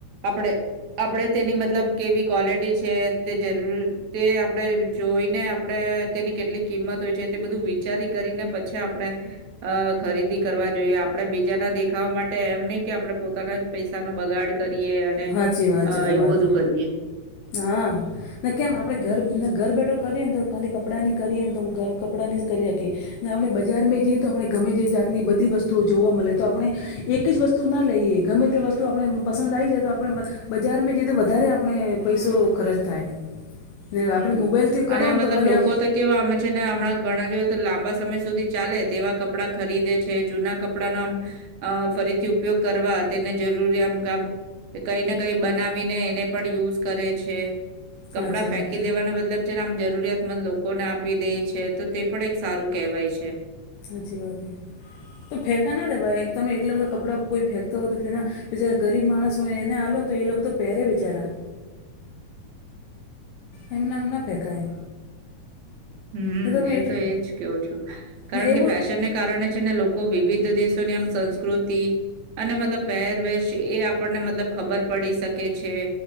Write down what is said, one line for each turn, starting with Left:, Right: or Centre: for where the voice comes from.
Right: આપણે-આપણેે તેની મતલબ કેવી ક્વલિટી છે તે જરૂર તે આપણેે જોઈને આપણે તેની કેટલી કિંમત હોય છે, તે બધું વિચારી કરીને પછી આપણે અહ ખરીદી કરવા જોઈએ. આપણે બીજાના દેખાવા માટે એમ નહીં કે આપડે પોતાના જ પૈસાનો બગાડ કરીએ અને
Left: સાચી વાત
Right: અહ
Left: છે તમારી
Right: એવું બધું કરીએ.
Left: હા. ને કેમ આપણેે ઘર-ઘર બેઠો કરીએને તો, ખાલી કપડાં કરીએ તો ઘર કપડાં ની જ કરી રાખી. ને આપણે બજાર માં જઈએને તો, આપણે ગમે જાતની બધી વસ્તુઓ જોવા મલે. તો આપણે એક જ વસ્ તુ ના લઈએ, ગમે તે વસ્તુ આપણે એમ પસંદ આઈ જાય તો આપણે બજારમાં જઈ તો વધારે આપણે પૈસો ખર્ચ થાય. ને
Right: હમ્મ.
Left: આપણે મોબાઈલથી
Right: અને
Left: કરો ને
Right: મતલબ
Left: તો ખાલી
Right: લોકો <unintelligible> કેવા અમે છે ને હમણાં ઘણા જોઈએ તો લાંબા સમય સુધી ચાલે તેવા કપડાં ખરીદે છે, જૂના કપડા ના આમ અહ ફરી થ થી ઉપયોગ કરવા, તેને જરૂરીયા આમ કામ કે કંઈ ને કંઈ બનાવીને એને પણ યુઝ કરે છે.
Left: સાચી
Right: કપડા ફેંક
Left: વાત
Right: કી
Left: છે.
Right: દેવાનો મતલબ છે ને આમ જરૂરિયાતમંદ લોકોને આપી દેય છે. તો તે પણ એક સારું કહેવાય છે.
Left: હાચી વાત હે. તો ફેંકા ના દેવાઈ, તમે એટલા બધા કપ કપડા કોઈ ફેંકતો હોય તો <unintelligible> બિચારા ગરીબ માણસ હોય એને આલો ને તો એ લોક તો પહેરે બિચારા. એમના એમ ના ફેંકાય.
Right: હમ્મ.
Left: ને તમે
Right: એ
Left: એટલ
Right: તો એજ કયો છો. કારણ
Left: ને એવું
Right: કે ફેશનને કારણે છે ને લોક કો વિવિધ દેશોની આમ
Left: હમ.
Right: સંસ્કૃતિ અને મતલબ પહેરવેશ એ આપણને મતલબ ખબર પડી શકે છે,